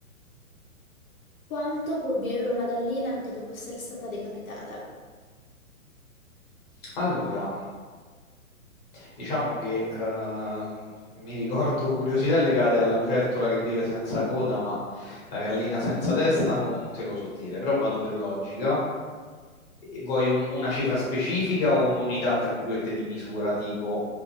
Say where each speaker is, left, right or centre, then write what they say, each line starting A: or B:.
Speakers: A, on the left; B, on the left.
A: Quanto può vivere una gallina anche dopo essere stata decapitata?
B: Allora... Diciamo che ehm, mi ricordo curiosità legate alla lucertola che vive senza coda, ma la gallina senza testa non te lo so dire, però vado per logica. E Vuoi un- una cifra specifica o un'unità, tra virgolette, di misura, tipo